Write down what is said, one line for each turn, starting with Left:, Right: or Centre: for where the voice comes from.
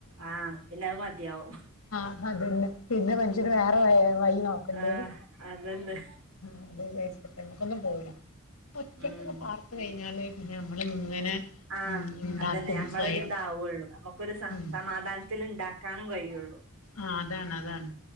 Right: ആഹ് പിന്നെ അത് മതിയാവും
Left: ആഹ് അതന്നെ പിന്നെ മനുഷ്യന് വേറെയ വൈ നോക്കണ്ടേത്.
Right: ആഹ് അതന്നെ
Left: ആഹ്, അത് വിചാരിച്ചട്ട അയ്മക്കൊന്നും പോവൂല. ഒറ്റക്കൊക്കെ
Right: ഉം
Left: പാർത് കഴിഞ്ഞാല് പിന്നെ നമ്മള് ഇങ്ങനെ
Right: ആഹ്
Left: ഉം ഉണ്ടാക്കും
Right: അതന്നെ നമ്മളൊരി
Left: സ്വയം
Right: ഇതാവയുള്ളൂ നമുക്കൊരു
Left: ഉം
Right: സമാധാനത്തി ഉണ്ടാക്കാനും കഴിയുള്ളു
Left: ആഹ്, അതാണ്, അതാണ്